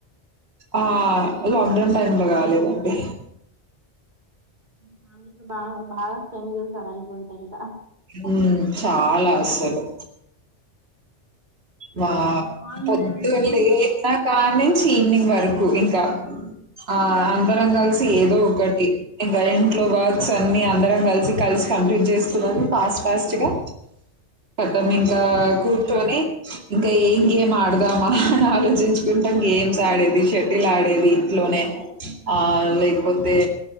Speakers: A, on the right; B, on the right.
A: ఆ లాక్డౌన్ టైమ్ లో కాలేదండి
B: ఫ్యామిలీతో బాగా బాగా స్పెండ్ చేసారు అనుకుంట ఇంకా
A: ఉమ్ చాలా అసలు మా
B: బాగుంటుంది
A: పొద్దున్ లేష్నా కానీ ఛీ ఈవినింగ్ వరకు ఇంకా ఆ అందరం కలిసి ఏదో ఒకటి ఇంకా ఏం ఇంట్లో వర్క్స్ అన్ని అందరం కలిసి కలిసి కంప్లీట్ జెస్కున్నాను ఫాస్ట్ ఫాస్ట్గా పక్కనింక కూర్చొని ఇంకా ఏం గేమ్ ఆడ్దామా ఆలోచించ్కుంటాం గేమ్స్ ఆడేది షటిల్ ఆడేది ఇట్ లోనే ఆ లేకపోతే